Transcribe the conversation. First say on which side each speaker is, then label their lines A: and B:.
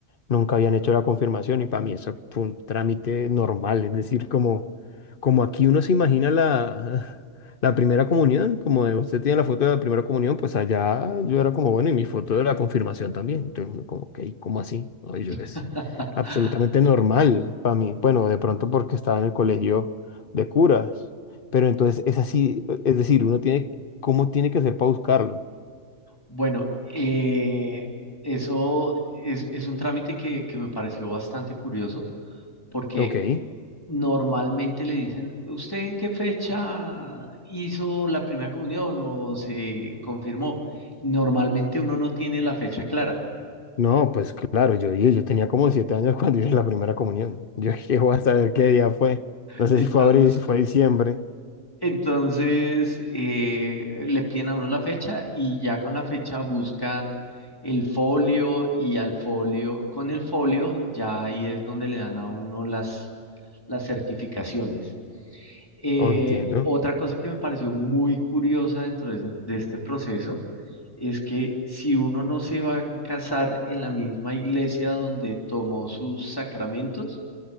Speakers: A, on the left (about 50°); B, on the left (about 20°).
A: nunca habían hecho la confirmación y para mí eso fue un trámite normal, es decir, como, como aquí uno se imagina la, <laughs> la primera comunión, como de usted tiene la foto de la primera comunión, pues allá yo era como, bueno, y mi foto de la confirmación también, entonces uno como, ok, ¿cómo así? no y yo
B: <laughs>
A: es absolutamente normal para mí, bueno, de pronto porque estaba en el colegio de curas. Pero entonces es así, es decir, uno tiene, ¿cómo tiene que hacer para buscarlo?
B: Bueno, eh, eso es, es un trámite que, que me pareció bastante curioso. porque
A: Ok.
B: normalmente le dicen, ¿usted en qué fecha hizo la primera comunión o se confirmó? Normalmente uno no tiene la fecha clara.
A: No, pues claro, yo dije, yo tenía como siete años <laughs> cuando hice la primera comunión. Yo dije, voy a saber qué día fue. No sé
B: Entonces,
A: si fue abril, si fue diciembre,
B: entonces eh, le piden a uno la fecha y ya con la fecha buscan el folio y al folio, con el folio ya ahí es donde le dan a uno las, las certificaciones. Eh,
A: o entiendo.
B: otra cosa que me pareció muy curiosa dentro de, de este proceso es que si uno no se va a casar en la misma iglesia donde tomó sus sacramentos,